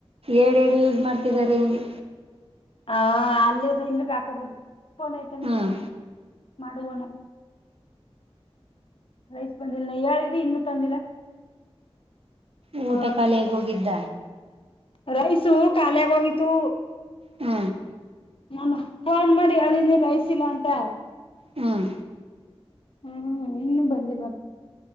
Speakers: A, on the right; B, on the left.
A: ಏರಡ್ ಎರ್ಡು ಯೂಸ್ ಮಾಡ್ತಿದ್ದಾರೆ ಹಿಂಗೆ
B: ಹ ಅಲ್ಲೆದೆ ಇಲ್ಲಿಗ್ ಹಾಕಬಹದು ಫೋನ್ ಐತೆನೆ ನಿಂತವು
A: ಹ್ಮ್
B: ಮಾಡು ಓನರ್ ಗೆ ರೈಸ್ ಬಂದಿಲ್ಲ ಹೇಳಿದೆ ಇನ್ನುೂ ತಂದಿಲ್ಲ
A: ಊಟ
B: ಆ
A: ಕಾಲಿ ಅಗಿ ಹೋಗಿದ್ದ
B: ರೈಸು ಕಾಲಿ ಆಗೊಗಿತ್ತು
A: ಹ್ಮ
B: ನಾನು ಫೋನ್ ಮಾಡಿ ಹೇಳಿನಿ ರೈಸ್ಸಿಲ್ಲಾ ಅಂತ
A: ಹ್ಮ
B: ಹ್ಮ್ ಇನ್ನುೂ ಬಂದಿಲ್ಲ